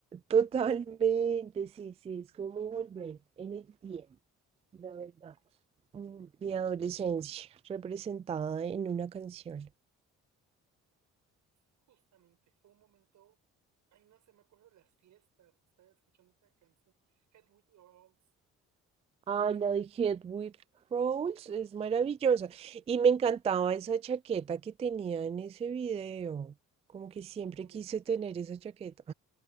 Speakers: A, on the right; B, on the right.
A: totalmente, sí, sí, es como volver en el tiempo, la verdad. Mm, Mi adolescencia representada en una canción.
B: Justamente, fue un momento, ay, no sé, me acuerdo de las fiestas, estaba escuchando esa canción, Head with Rolls,
A: Ay,
B: y después
A: la de Hedwig Rose es maravillosa. Y me encantaba esa chaqueta que tenía en ese video. Como que siempre
B: como
A: quise
B: de,
A: tener esa chaqueta.